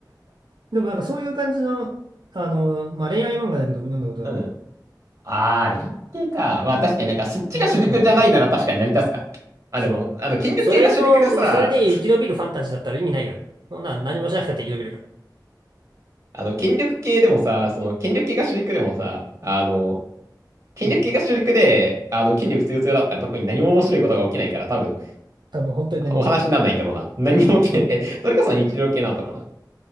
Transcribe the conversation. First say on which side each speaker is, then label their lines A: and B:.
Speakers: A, on the right; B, on the right.
A: でもなんかそういう感じの、あの、まあ、恋愛漫画だけど読んだことがあるわ。
B: うん。あー、連携か。まあ確かになんかそっちが主軸じゃないなら確かに成り立つか。
A: 恋愛漫画だとそう
B: あ、
A: そう。
B: でも、あの、筋力系が主軸でさ、
A: それの、それで生き延びるファンタジーだったら意味ないよ。そんな何もしなくたって生き延びるから。
B: あの、権力系でもさ、その、権力系が主軸でもさ、あの、権力系が主軸で、
A: うん。
B: あの、権力強強だったら特に何も面白いことが起きないから多分、
A: 多分本当に何も起きない。
B: お話にならないんだろうな。何も起きない。え、それこそ日常系なんだろうな。